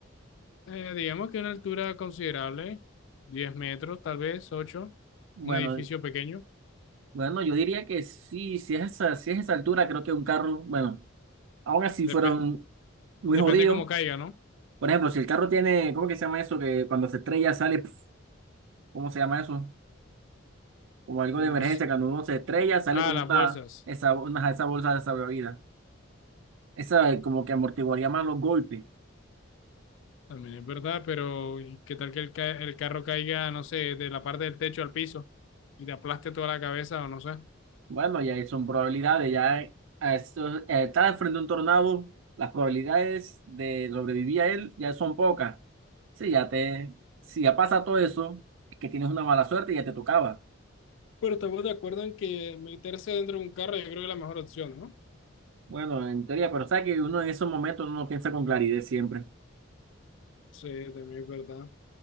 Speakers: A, on the left; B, on the right.
A: Eh, digamos que una altura considerable, 10 metros, tal vez, ocho
B: Bueno,
A: un edificio pequeño,
B: bueno, yo diría que sí, si es esa, si es esa altura, creo que un carro, bueno, aún así
A: Dep-
B: fueron muy
A: depende
B: jodidos.
A: cómo caiga, ¿no?
B: Por ejemplo, si el carro tiene, ¿cómo que se llama eso? Que cuando se estrella sale, pf, ¿cómo se llama eso? o algo de emergencia,
A: No sé.
B: cuando uno se estrella, sale
A: Ah,
B: como
A: las
B: una,
A: bolsas,
B: esa, una, esa bolsa de salvavidas. Esa eh, como que amortiguaría más los golpes.
A: también es verdad, pero ¿y ¿qué tal que el, ca- el carro caiga, no sé, de la parte del techo al piso y te aplaste toda la cabeza o no sé?
B: Bueno, ya ahí son probabilidades, ya eh, a esto, eh, estar frente a un tornado, las probabilidades de sobrevivir a él ya son pocas. Sí, ya te, si ya pasa todo eso, es que tienes una mala suerte y ya te tocaba.
A: Pero estamos de acuerdo en que meterse dentro de un carro yo creo que es la mejor opción, ¿no?
B: Bueno, en teoría, pero sabes que uno en esos momentos no piensa con claridad siempre.
A: Sí, también es verdad.